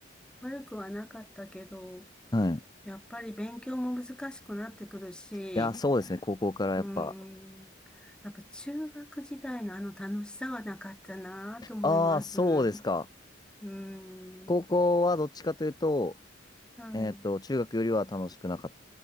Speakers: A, in the centre; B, on the left.
A: 悪くはなかったけど、
B: はい。い
A: やっぱり勉強も難しくなってくるし、
B: や、そうですね、高校からやっぱ。
A: うーん、やっぱ中学時代のあの楽しさはなかったなと思います。
B: ああ、そうですか。
A: うーん、
B: 高校はどっちかというと、
A: はい。
B: えっと、中学よりは楽しくなかっ